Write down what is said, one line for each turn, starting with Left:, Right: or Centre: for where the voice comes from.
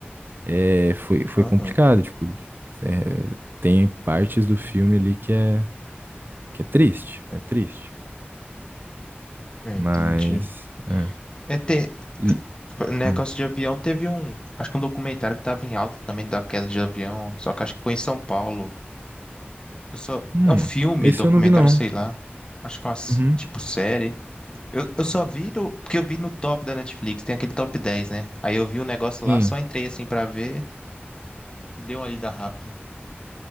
Right: É, foi, foi
Left: Aham,
Right: complicado, tipo, é, tem partes do filme ali que é, que é triste, é triste.
Left: é,
Right: Mas,
Left: entendi.
Right: é,
Left: É ter,
Right: e,
Left: negócio
Right: ah,
Left: de avião, teve um. Acho que um documentário que tava em alta também da queda de avião. Só que acho que foi em São Paulo. Eu só,
Right: hum,
Left: é um filme,
Right: esse
Left: documentário,
Right: eu não vi não.
Left: sei lá. Acho que é uma s-
Right: Uhum,
Left: tipo série. Eu, eu só vi do, porque eu vi no top da Netflix, tem aquele top 10, né? Aí eu vi o negócio
Right: sim,
Left: lá, só entrei assim pra ver. E deu uma lida rápida.